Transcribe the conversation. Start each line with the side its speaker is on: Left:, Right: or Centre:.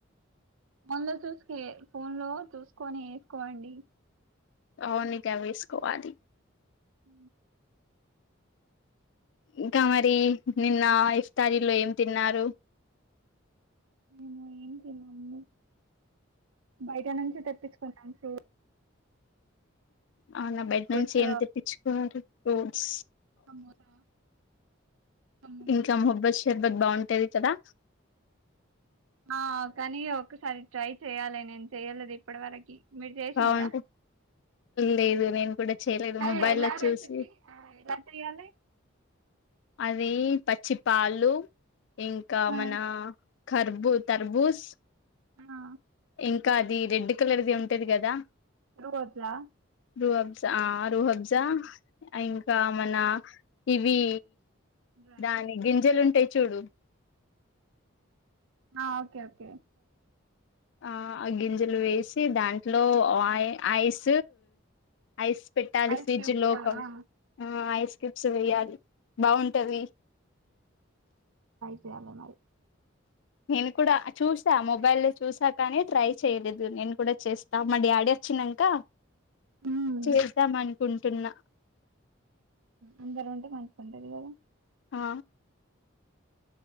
Right: ఫోన్ లో చూసుక ఫోన్ లో చూసుకొని వేసుకోండి
Left: అవునిగా వేసుకోవాలి
Right: అ
Left: ఇంకా మరి నిన్న ఇఫ్తారీలో ఏం తిన్నారు
Right: నే ఏం తినాలా అండి బయట నుంచి తెప్పించుకున్నాం ఫూ
Left: అవున బయట
Right: ఫ్రూట్స్
Left: నుంచి ఏం తెప్పించుకునారు ఫ్రూట్
Right: సమోసా సమోసా
Left: ఇంకా మహబ్బత్ షెబ్బత్ బాగుంటేది కదా
Right: ఆ కానీ ఒసారి ట్రై చెయ్యాలి నేను చెయ్యలేదు ఇప్పటి వరకి మీరు చేసిరా
Left: బాగుంటే లేదు నేను కూడా చేయలేదు
Right: అరే
Left: మొబైల్లో
Right: ఎలా
Left: చూసి
Right: రెసిపీ ఎలా చెయాలి
Left: అది పచ్చి పాలు ఇంకా
Right: ఆ
Left: మన ఖర్బు తర్బూజ్
Right: ఆ
Left: ఇంకా అదీ రెడ్ కలర్ది ఉంటది కదా
Right: ఎరుకోచ్చా
Left: రూహబ్జా రూహబ్జా ఇంకా మన ఇవీ
Right: డ్రై
Left: దాని
Right: ఫ్రూట్స్
Left: గింజలుంటాయ్ చూడు
Right: ఆ ఓకే ఓకే
Left: ఆ ఆ గింజలు వేసి దాంట్లో ఆయ్ ఐస్ ఐస్ పెట్టాలి
Right: ఐస్
Left: ఫ్రిడ్జ్
Right: క్యూబ్స్
Left: లోకం
Right: ఆ అవునా
Left: ఆ ఐస్ క్యుప్స్ వేయాలి బాగుంటదీ
Right: చేయాలా మరి
Left: నేను కూడా చూసా మొబైల్ చూసా కానీ ట్రై చేయలేదు నేను కూడా చేస్తా మ డిడాడీ చినంక
Right: ఉమ్
Left: చేద్దాం అనుకుంటున్న
Right: అందర్ ఉంటె మంచ్గుండద్ గదా
Left: ఆ